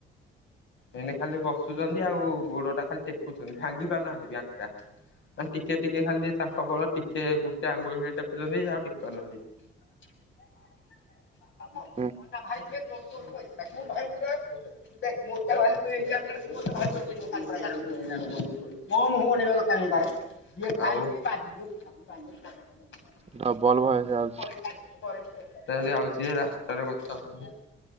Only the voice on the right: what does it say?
ହୁଁ
ଡବଲ
ଭଏସ
ଆଉଛି